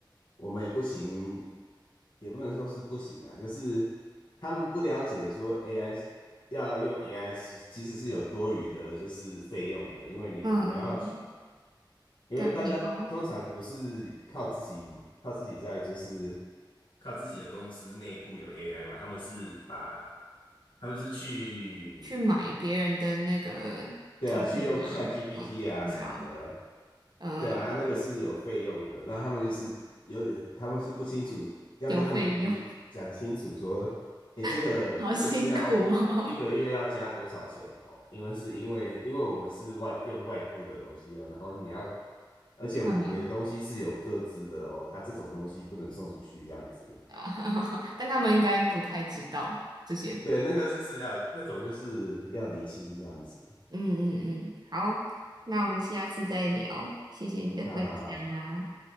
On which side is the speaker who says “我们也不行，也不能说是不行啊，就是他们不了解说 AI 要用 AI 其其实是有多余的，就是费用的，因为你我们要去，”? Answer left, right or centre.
Left